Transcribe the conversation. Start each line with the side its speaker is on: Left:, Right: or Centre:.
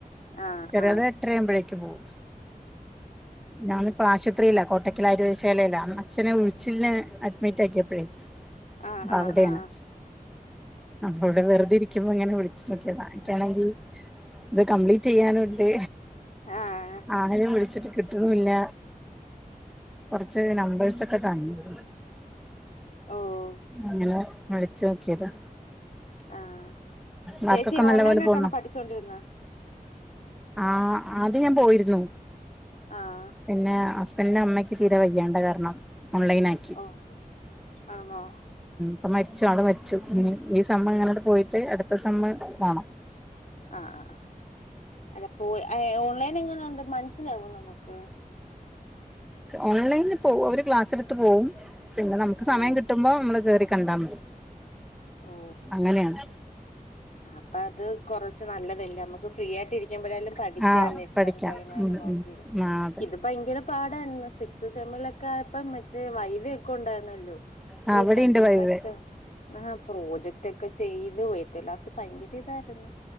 Left: ആഹ്
Centre: ചെറിയോള്
Left: ആഹ്
Centre: എട്ടരഴുമ്പോഴേക്കും പോവും ഞാൻ ഇപ്പൊ ആശുപത്രിയില, കോട്ടയ്ക്കൽ ആര്യ വൈദ്യശാലയില അച്ഛനെ ഉഴിച്ചിലിന് അഡ്മിറ്റ് ആക്കിയപ്പോഴേ
Left: ആഹ്
Centre: അപ്പോ
Left: ആഹ്
Centre: അവിടെയാണ്
Left: ആഹ്
Centre: ഇവിടെ വെറുതെരിക്ക ക്കുമ്പോ ഇങ്ങനെ വിളിച്ചു നോക്കിയത ഇൻക്കാണെങ്കിൽ ഇത് കംപ്ലീറ്റ് ചെയ്യാനുണ്ട്.
Left: ആഹ്
Centre: ആരെയും വിളിച്ചിട്ട് കിട്ടുണുല്ല. കുറച്ച് നമ്പഴ്സൊക്കെ കണ്ടു.
Left: ഓഹ്.
Centre: അങ്ങനെ വിളിച്ചു നോക്കിയതാ.
Left: ആഹ്
Centre: വർക്കൊക്കെ
Left: ചേച്ചി
Centre: നല്ല
Left: ഓൺലൈൻ
Centre: പോലെ
Left: ആയിട്ടണോ
Centre: പോന്നോ
Left: പഠിച്ചോണ്ടിരുന്നത്.
Centre: ആഹ് ആദ്യ ഞാൻ പോയിരുന്നു.
Left: ആഹ്.
Centre: പിന്നെ ഹസ്ബൻഡിന്റെ അമ്മക്ക് തീരെ വയ്യേണ്ട കാരണം ഓൺലൈനായി.
Left: ഓഹ് ആണോ.
Centre: ഇപ്പോ മരിച്ചു ആള് മരിച്ചു, ഈ സമ്മ് ഇങ്ങനണ്ട് പോയിട്ട് അടുത്ത സമ്മ് പോണം.
Left: ആഹ് ആഹ് അതപ്പോ ഓൺലൈൻ എങ്ങനണ്ട് മനസ്സിലാവോ നമ്മുക്ക്.
Centre: ഓൺലൈനി പോവും അവര് ക്ലാസ് എടുത്ത് പോവും, പിന്നെ നമുക്ക് സമയം
Left: ആഹ്
Centre: കിട്ടും. മ്പോ നമ്മള് കേറി കണ്ടാ മതി.
Left: ഓ
Centre: അങ്ങനെയാണ്
Left: അപ്പോ അത് കൊറച്ച് നല്ലതല്ലേ, നമ്മുക്ക് ഫ്രീ ആയിട്ട് ഇരി ക്കുമ്പോഴേ പഠിക്കല്ലോ
Centre: ആഹ്
Left: എക്സാം
Centre: പഠിക്കാം
Left: ടൈം ആയാലും
Centre: ഉം
Left: നോക്കി
Centre: ഉം ആഹ് അതെ
Left: ഇ ഭയങ്കര പാടായിര്ന്നു സിക്സ് സെമ്മിലൊക്കെ ആയപ്പോ മറ്റേ വൈവെ ഒക്കെ ഉണ്ടായിരുന്നല്ലോ.
Centre: ആഹ്
Left: ഓഹ്
Centre: ഇവിടെണ്ട്
Left: ഭയങ്കര
Centre: വൈവെ
Left: കഷ്ടം. ആഹ് പ്രോജക്റ്റൊക്കെ ചെയ്ത് ഏറ്റവും ലാസ്റ്റ് ഭയങ്കര ഇതായിരുന്നു